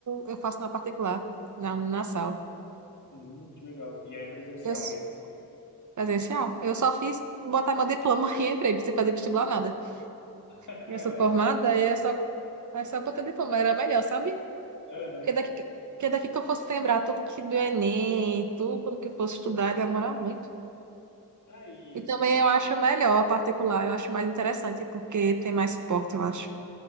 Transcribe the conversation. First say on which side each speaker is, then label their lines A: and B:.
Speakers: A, on the right; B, on the left.
A: eu faço na particular, na, na sala.
B: Hum, que legal. E é presencial
A: Eu, s-
B: mesmo.
A: presencial. Eu só fiz botar meu diploma <laughs> e entrei, não fazer vestibular nada.
B: <laughs> Ah,
A: Eu sou
B: É
A: formada
B: normal.
A: e é só, é só botar diploma, era melhor, sabe?
B: Aham.
A: Porque daqui, porque daqui que eu fosse lembrar tudo que do Enem, tudo que eu fosse estudar, ia demorar muito.
B: Aí,
A: E também eu acho melhor a particular, eu acho mais interessante, porque tem mais suporte, eu acho.